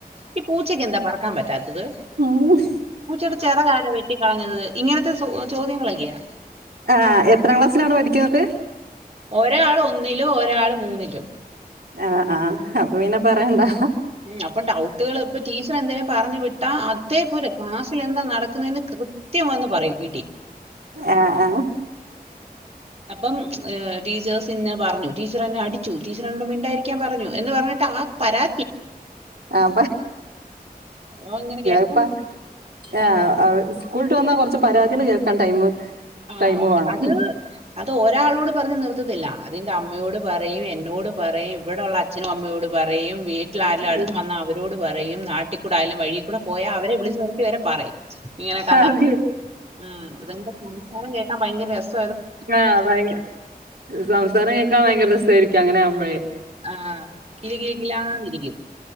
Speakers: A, on the right; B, on the right.
A: ഈ പൂച്ചക്ക് എന്താ പറക്കാൻ പറ്റാത്തത്
B: ഉം
A: പൂച്ചയുടെ ചിറക് ആരാ വെട്ടി കളഞ്ഞത് ത് ഇങ്ങനത്തെ സോ ചോദ്യങ്ങളൽകിയാ
B: ആ എത്രാക്ലാസ്സിലാണ് പഠിക്ണത്?
A: ഒരാൾ ഒന്നിലും ഒരാള് മൂന്നിലും
B: ആ ആ അപ്പൊ പിന്നെ പറയണ്ടാ
A: അപ്പൊ ഡൗട്ടുകൾ ഇപ്പം ടീച്ചർ പറഞ്ഞു വിട്ടാ അതേപോലെ ക്ലാസ്സിൽ എന്താ നടക്കുന്നത് എന്ന് കൃത്യം വന്ന് പറയും വിട്ടി
B: ആ ആ
A: അപ്പം ടിച്ചേഴസ് എന്ന പറഞ്ഞു ടീച്ചർ എന്നെ അടിച്ചു ടീച്ചർ എന്നോട് മിണ്ടാതിരിക്കാൻ പറഞ്ഞു എന്ന് പറഞ്ഞിട്ട് ആ പരാ
B: അ
A: അപ്പൊ ഇങ്ങനെ കേട്ടോണ്ട്
B: ഇപ്പ ആ അവ- സ്കൂള് വിട്ട്‌ വന്നാൽ കുറച്ച് പരാതികള് കേൾക്കാ ടൈമ്
A: അത്
B: ടൈമ്
A: ഉണ്ട്
B: വേണം
A: അത് അത് ഒരാളോട് പറഞ്ഞ് നിർത്ത്ന്നില്ല അതിന്റെ അമ്മയോട് പറയും, എന്നോട് പറയും ഇവിടുള്ള അച്ഛനും അമ്മയോട് പറയും വീ വീട്ടിരായും
B: ഉം.
A: <unintelligible> വന്ന അവരോട് പറയും പറയും നാട്ടിക്കൂടായാലും- വഴിക്കൂടെ പോയാ അവരെ വിളിച്ചു നിർത്തി വരെ പറയും ഇങ്ങനെ കഥ,
B: അത്
A: ഉം അവർക്കും കേൾക്കാൻ ഭയങ്കര രസ-
B: ആ ഭയങ്ക സംസാരം കേക്കാൻ ഭയങ്കര രസായി ക്കങ്ങനെ ആകുമ്പഴേ
A: ആ കിലി കിലി കിലാന്നിരിക്കും